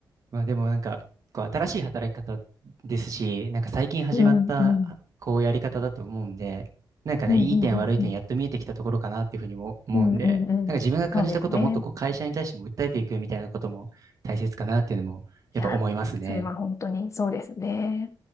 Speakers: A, on the right; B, on the left.
A: まあでもなんか、こう新しい働き方ですし、なんか最近始まったあこうやり方だと思うんで、
B: うんうんうん。
A: なんかね、
B: うん
A: いい点悪い点やっと見えてきたところかなっていうふうにも思うんで、
B: うん。うんうんうんうん。
A: なんか自分が感じたことをもっとこう会社に対しても訴えていくみたいなことも大切かなっていうのもやっぱ思いますね。
B: そうですね。いや、それは本当にそうですね。